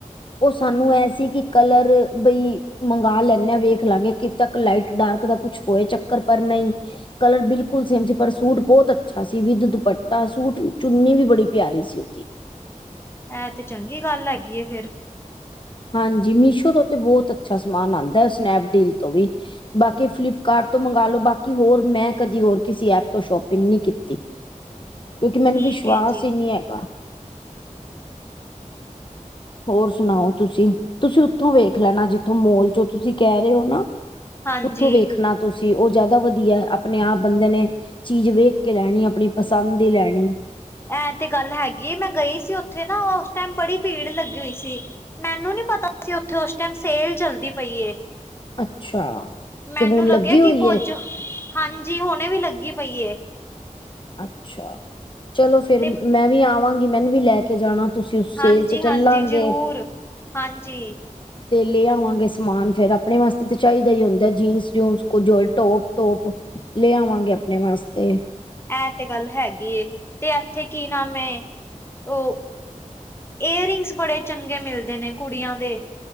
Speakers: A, on the left; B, on the left.
A: ਉਹ ਸਾਨੂੰ ਐਹ ਸੀ ਕਿ ਕਲਰ ਬਈ ਮੰਗਵਾ ਲੈਂਨੇ ਆ, ਵੇਖ ਲਾਂਗੇ ਕਿ ਤੱਕ ਲਾਈਟ ਡਾਰਕ ਦਾ ਕੁੱਛ ਹੋਏ ਚੱਕਰ ਪਰ ਨਈ। ਕਲਰ ਬਿਲਕੁਲ ਸੇਮ ਸੀ ਪਰ ਸੂਟ ਬਹੁਤ ਅੱਛਾ ਸੀ ਵੀਧ ਦੁਪੱਟਾ ਸੂਟ ਵੀ ਚੁੰਨੀ ਵੀ ਬੜੀ ਪਿਆਰੀ ਸੀ ਉਹਦੀ।
B: ਐ ਤੇ ਚੰਗੀ ਗੱਲ ਹੈਗੀ ‌ਏ ਫਿਰ।
A: ਹਾਂਜੀ, ਮੀਸ਼ੋ ਤੋਂ ਤੇ ਬਹੁਤ ਅੱਛਾ ਸਮਾਨ ਆਦਾ ਸਨੈਪਡੀਲ ਤੋਂ ਵੀ। ਬਾਕੀ ਫਲਿੱਪਕਾਰਟ ਤੋਂ ਮੰਗਾਲੋ, ਬਾਕੀ ਹੋਰ ਮੈਂ ਕਦੀ ਹੋਰ ਕਿਸੀ ਐਪ ਤੋਂ ਸ਼ੋਪਿੰਗ ਨੀਂ ਕੀਤੀ।
B: <inaudible>
A: ਕਿਉਂਕਿ ਮੈਂਨੂੰ
B: ਠੀਕ
A: ਵਿਸ਼ਵਾਸ
B: ਹੈ ਜੀ
A: ਈ ਨੀ ਹੈਗਾ। ਹੋਰ ਸੁਣਾਓ। ਤੁਸੀਂ -ਤੁਸੀਂ ਉੱਥੋਂ ਵੇਖ ਲੈਣਾ ਜਿੱਥੋਂ ਮੋਲ 'ਚੋ' ਤੁਸੀਂ ਕਹਿ ਰਹੇ ਓ ਨਾ।
B: ਹਾਂਜੀ
A: ਉੱਥੋਂ ਵੇਖਣਾ ਤੁਸੀਂ, ਉਹ ਜ਼ਿਆਦਾ ਵਧੀਆ ਆਪਣੇ ਆਪ ਬੰਦੇ ਨੇ। ਚੀਜ਼ ਵੇਖ ਕੇ ਲੈਣੀ, ਆਪਣੀ ਪਸੰਦ ਦੀ ਲੈਣੀ।
B: ਐਂ ਤੇ ਗੱਲ ਹੈਗੀ ਏ, ਮੈਂ ਗਈ ਸੀ ਉੱਥੇ ਨਾ ਓਸ ਟਾਇਮ ਬੜੀ ਭੀੜ ਲੱਗੀ ਹੋਈ ਸੀ। ਮੈਨੂੰ ਨੀ ਪਤਾ ਸੀ। ਉੱਥੇ ਉਸ ਟੈਮ ਸੇਲ ਚਲਦੀ ਪਈ ਏ।
A: ਅੱਛਾ।
B: ਮੈਨੂੰ
A: ਤੇ ਹੁਣ
B: ਲੱਗਿਆ
A: ਲੱਗੀ
B: ਕਿ
A: ਹੋਈ
B: ਕੁੱਝ,
A: ਏ
B: ਹਾਂਜੀ ਹੁਣੇ ਵੀ ਲੱਗੀ ਪਈ ਏ।
A: ਅੱਛਾ, ਚਲੋ ਫਿਰ
B: ਤੇ
A: ਮੈਂ ਵੀ ਆਵਾਂਗੀ ਮੈਨੂੰ ਵੀ ਲੈ ਲੈਕੇ ਜਾਣਾ ਤੁਸੀਂ, ਉਸ
B: ਹਾਂਜੀ-ਹਾਂਜੀ
A: ਸੇਲ ਚ ਚੱਲਾਂਗੇ।
B: ਜ਼ਰੂਰ ਹਾਂਜੀ-ਹਾਂਜੀ
A: ਤੇ ਲੈ ਆਵਾਂਗੇ ਸਮਾਨ ਫਿਰ ਆਪਣੇ ਵਾਸਤੇ ਤੇ ਚਾਹੀਈ ਦਾ ਹੁੰਦਾ ਏ, ਜੀਨਸ-ਜੂਨਸ ਕੁਝ ਔਰ ਟੋਪ- ਟੋਪ। ਲੇ ਆਵਾਂਗੇ ਆਪਣੇ ਵਾਸਤੇ।
B: ਐਹ ਤੇ ਗੱਲ ਹੈਗੀ ਏਂ, ਤੇ ਐਥੇ ਕੀ ਨਾਮ ਏ, ਓ ਏਰਿੰਗਸ ਬੜੇ ਚੰਗੇ ਮਿਲਦੇ ਨੇ ਕੁੜੀਆਂ ਦੇ।